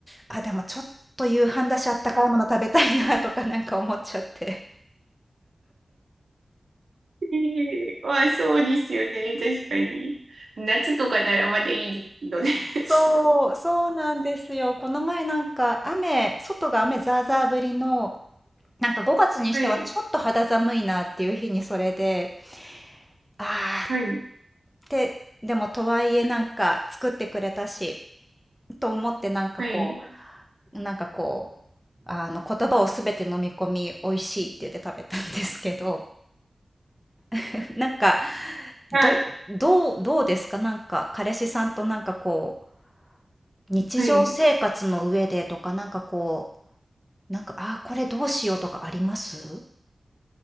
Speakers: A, in the centre; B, on the right.
A: あ、でもちょっと夕飯だし、あったかいもの食べたいなとか <laughs> なんか思っちゃって。
B: えー、<laughs> あ、そうですよね。確かに。夏とかならまだいいですけどね。<laughs>
A: そう、そうなんですよ。この前なんか雨、外が雨ザーザー降りのなんか5月にしてはちょっと肌寒いなっていう日にそれで、
B: はい。
A: あーっ
B: はい。
A: て、でもとはいえなんか作ってくれたし、と思ってなんかこ
B: はい。
A: う、なんかこう、あの言葉をすべて飲み込み美味しいって言って食べたんですけど、<laughs> なんか、
B: はい。
A: ど、どう、どうですかなんか彼氏さんとなんかこう、日常生活の上でとかなんかこう、
B: あ、はい。
A: なんか、あーこれどうしようとかあります